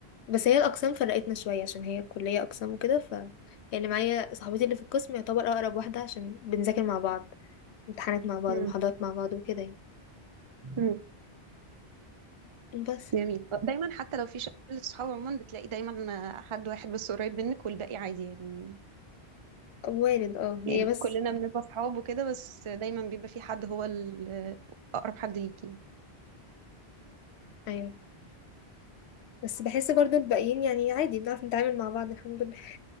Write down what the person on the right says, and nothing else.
مم.
مم.
جميل دايما حتى لو في شلة صحاب عموما بتلاقي دايما حد واحد بس قريب منك والباقي عادي يعني
يعني
كلنا بنبقى صحاب وكده بس دايما بيبقى في حد هو ال- أقرب حد ليكي